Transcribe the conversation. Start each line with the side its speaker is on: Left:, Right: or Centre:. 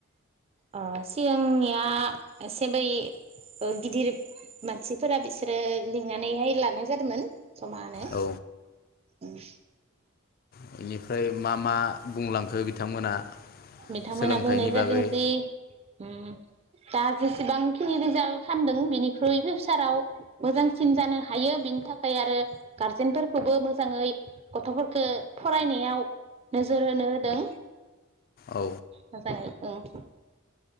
Right: अ सिगांनिया आ एसे बै ओ गिदिर मानसिफोरा बिसोरो लिंनानैहाय लानाय जादोंमोन। जमानो
Left: औ
Right: ओम
Left: बेनिफ्राय मा मा बुंलांखो बिथांमोना
Right: बिथांमोना
Left: सोलोंथाइनि
Right: बुंनाय जादों
Left: बागै
Right: जि ओम दा जेसेबांखिनि रिजाल्ट खामदों बिनिख्रुइ फिउसाराव मोजांसिन जानो हायो बिनि थाखाय आरो गारजेनफोरखौबो मोजाङै गथ'फोरखो फरायनायाव नोजोर होनो होदों।
Left: औ
Right: मोजाङै ओं